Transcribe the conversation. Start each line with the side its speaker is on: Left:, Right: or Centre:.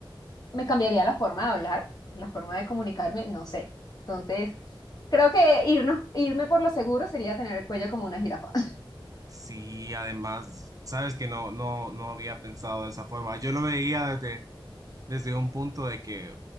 Left: me cambiaría la forma de hablar, la forma de comunicarme, no sé. Entonces, creo que irnos, irme por lo seguro sería tener el cuello como una jirafa.
Right: sí, además, sabes que no, no, no había pensado de esa forma. Yo lo veía desde un punto de que